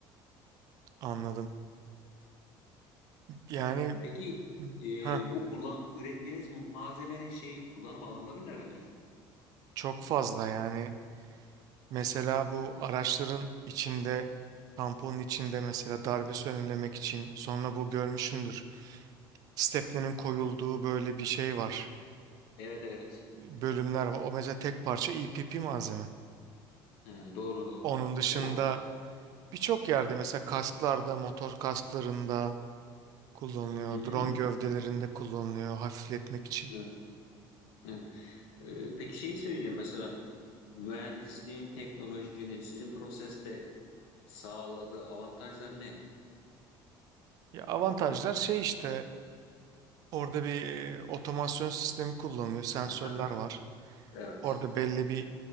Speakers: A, on the right; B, on the left.
A: anladım. Yani
B: Peki e,
A: ha
B: bu kullan ürettiğiniz malzemenin şeyi kullanım alanları nereler?
A: çok fazla yani. Mesela bu araçların içinde, tamponun içinde mesela darbesi önlemek için sonra bu görmüşsündür. Stepnenin koyulduğu böyle bir şey var.
B: Evet evet.
A: Bölümler var. O mesela tek parça EPP malzeme.
B: He, doğru doğru.
A: Onun dışında
B: Doğru.
A: birçok yerde mesela kasklarda, motor kasklarında kullanılıyor.
B: Hı hı.
A: Drone gövdelerinde kullanılıyor hafifletmek için.
B: Evet, evet. E, peki şeyi söyleyeceğim mesela mühendisliğin, teknolojinin sizin proseste sağladığı avantajlar ne?
A: Ya avantajlar şey işte orada bir e, otomasyon sistemi kullanılıyor. Sensörler
B: Hı hı.
A: var.
B: Evet.
A: Orada belli bir